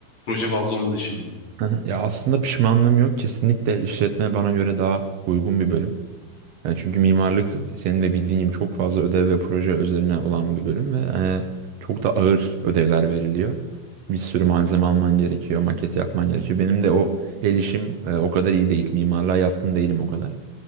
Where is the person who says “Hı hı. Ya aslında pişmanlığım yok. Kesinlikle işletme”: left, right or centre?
Right